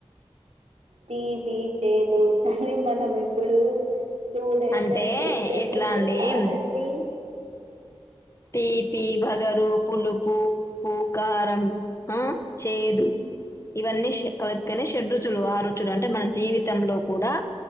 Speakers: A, on the right; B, on the left.
A: తీపి చేదు కానీ మనం ఇప్పుడు స్టూడెంట్
B: అంటే
A: అండి టీచర్
B: ఎట్లా
A: లెక్క
B: అండి
A: కాదండి
B: తీపి వగరు పులుపు ఉప్పు కారం ఆ చేదు ఇవన్నీ కలిస్తతేనే షడ రుచులు ఆరుుచులు అంటే మన జీవితంలో కూడా